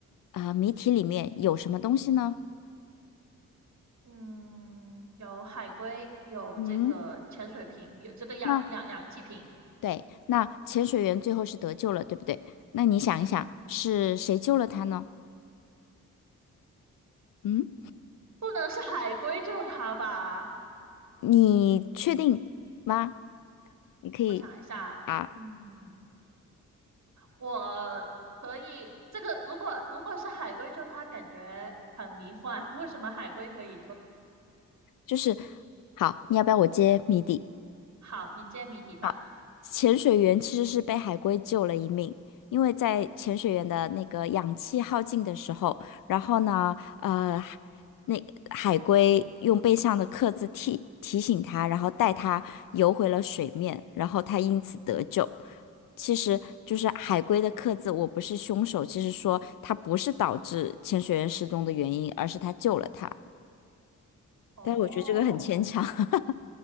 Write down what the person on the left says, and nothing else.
啊、呃谜题里面有什么东西呢？
嗯。
那对，那潜水员最后是得救了，对不对？那你想一想，
是谁救了他呢？嗯，
你确定吗？你可以
啊，
就是好，你要不要我揭谜底？
好，潜水员其实是被海龟救了一命，因为在潜水员的那个氧气耗尽的时候，然后呢，呃，那海龟用背上的刻字提提醒他，然后带他游回了水面，然后他因此得救。其实就是海龟的刻字，我不是凶手。其实说他不是导致潜水员失踪的原因，而是他救了他。
但是我觉得这个很牵强，<laughs>